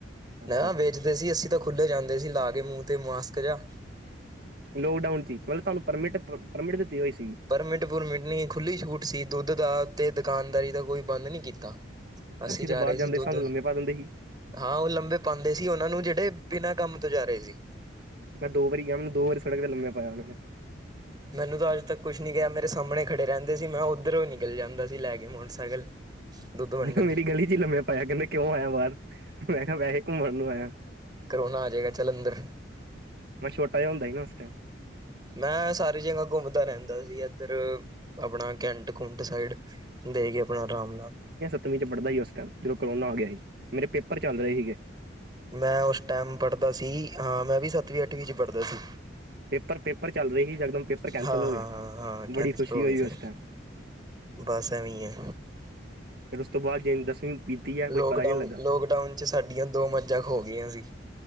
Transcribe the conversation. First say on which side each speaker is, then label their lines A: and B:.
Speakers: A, on the right; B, on the right.
A: ਅੱਛਾ
B: ਨਾ ਵੇਚਦੇ ਸੀ ਅਸੀਂ ਤਾਂ ਖੁੱਲ੍ਹੇ ਜਾਂਦੇ ਸੀ ਲਾ ਕੇ ਮੂੰਹ ਤੇ ਮਾਸਕ ਜਾ।
A: ਲੋਕਡਾਊਨ ਚ' ਮਤਲਬ ਤੁਹਾਨੂੰ ਪਰਮਿਟ- ਪਰਮਿਟ ਦਿੱਤੀ ਹੋਈ ਸੀਗੀ।
B: ਪਰਮਿੰਟ ਪਰਮਿੰਟ ਨ ਖੁੱਲੀ ਛੂਟ ਸੀ ਦੁੱਧ ਦਾ ਤੇ ਦੁਕਾਨਦਾਰੀ ਦਾ ਕੋਈ ਬੰਦ ਨਹੀਂ ਕੀਤਾ। ਅਸੀਂ ਜਾ
A: ਤੇ
B: ਰਹੇ
A: ਬਾਹਰ ਜਾਂਦੇ
B: ਸੀ ਦੁੱਧ
A: ਸਾਨੂੰ ਲੰਮੇ ਪਾ ਦਿੰਦੇ ਸੀ
B: ਹਾਂ, ਉਹ ਲੰਬੇ ਪਾਉਂਦੇ ਸੀ ਉਹਨਾਂ ਨੂੰ ਜਿਹੜੇ, ਬਿਨਾਂ ਕੰਮ ਤੋਂ ਜਾ ਰਹੇ ਸੀ।
A: ਮੈਂ ਦੋ ਵਾਰੀ ਗਿਆ ਮੈਨੂੰ ਦੋ ਵਾਰੀ ਸੜਕ ਤੇ ਲੰਮਿਆ ਪਾਇਆ ਉਹਨਾਂ ਨੇ।
B: ਮੈਨੂੰ ਤਾਂ ਅੱਜ ਤੱਕ ਕੁਛ ਨੀ ਕਿਹਾ ਮੇਰੇ ਸਾਹਮਣੇ ਖੜੇ ਰਹਿੰਦੇ ਸੀ ਮੈਂ ਉੱਧਰੋਂ ਨਿਕਲ ਜਾਂਦਾ ਸੀ ਲੈ ਕੇ ਮੋਟਰਸਾਈਕਲ। ਦੁੱਧ ਵੰਡਣ
A: ਮੈਨੂੰ ਮੇਰੀ ਗਲੀ ਚ' ਹੀ ਲੰਮੇ ਪਾਇਆ। ਕਹਿੰਦੇ ਕਿਉਂ ਆਇਆ ਬਾਹਰ। ਮੈਂ ਕਿਹਾ, ਵੈਸੇ ਘੁੰਮਣ ਨੂੰ ਆਇਆ।
B: ਕਰੋਨਾ ਆ ਜਾਏਗਾ ਚੱਲ ਅੰਦਰ
A: ਮੈਂ ਛੋਟਾ ਜਿਆ ਹੁੰਦਾ ਸੀ ਨਾ ਉਸ ਟਾਈਮ।
B: ਮੈਂ ਸਾਰੀ ਜਗਾਂ ਘੁੰਮਦਾ ਰਹਿੰਦਾ ਸੀਗਾ। ਇਧਰ ਅਪਣਾ ਕੈਂਟ-ਕੁੰਟ ਸਾਈਡ ਦੇ ਗਏ ਅਪਣਾ ਆਰਾਮ ਨਾਲ
A: ਸਤਵੀ ਚ' ਪੜ੍ਹਦਾ ਸੀ ਉਸ ਟਾਈਮ ਜਦੋਂ ਕਰੋਨਾ ਆ ਗਿਆ ਸੀ। ਮੇਰੇ ਪੇਪਰ ਚੱਲ ਰਹੇ ਸੀਗੇ।
B: ਮੈਂ ਉਸ ਟਾਈਮ ਪੜ੍ਹਦਾ ਸੀ। ਹਾਂ ਮੈਂ ਵੀ ਸੱਤਵੀਂ -ਅੱਠਵੀਂ ਚ' ਪੜ੍ਹਦਾ ਸੀ।
A: ਪੇਪਰ- ਪੇਪਰ ਚੱਲ ਰਹੇ ਸੀ ਇਕਦਮ ਪੇਪਰ ਕੈਂਸਲ
B: ਹਾਂ
A: ਹੋ
B: ਹਾਂ
A: ਗਏ।
B: ਹਾਂ ਹਾਂ ਕੈਂਸਲ
A: ਬੜੀ ਖੁਸ਼ੀ
B: ਹੋ
A: ਹੋਈ
B: ਗਈ ਸੀ
A: ਉਸ ਟਾਈਮ।
B: ਬਸ ਐਵੇਂ ਹੈ।
A: ਫਿਰ ਉਸ ਤੋਂ ਬਾਅਦ ਜੇ ਦਸਵੀਂ ਬੀਤੀ ਹੈ ਕੋਈ
B: ਲੋਕਡਾਊਨ,
A: ਪਤਾ ਨਹੀਂ ਲੱਗਾ
B: ਲੋਕਡਾਊਨ ਚ' ਸਾਡੀਆਂ ਦੋ ਮੱਝਾਂ ਖੋ ਗਈਆਂ ਸੀ।